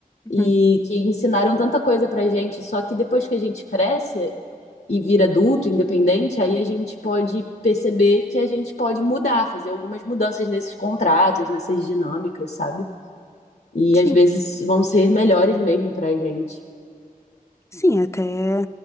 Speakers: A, on the left; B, on the left.
A: uhum.
B: e que ensinaram tanta coisa pra gente, só que depois que a gente cresce e vira adulto, independente, aí a gente pode perceber que a gente pode mudar, fazer algumas mudanças nesses contratos, nessas dinâmicas, sabe? E
A: Sim,
B: às vezes vão ser melhores mesmo pra gente.
A: sim, até,